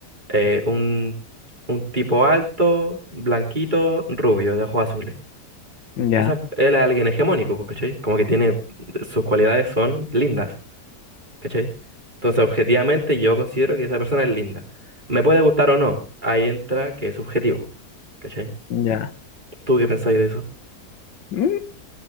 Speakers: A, on the right; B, on the left.
A: Eh, un, un tipo alto, blanquito, rubio, de ojos azules.
B: ya,
A: Esa, él es alguien hegemónico, pues, ¿cachai? Como que tiene, sus cualidades son lindas, ¿cachai? Entonces, objetivamente, yo considero que esa persona es linda. Me puede gustar o no, ahí entra que es subjetivo, ¿cachai?
B: ya.
A: ¿Tú qué pensáis de eso?
B: Mm,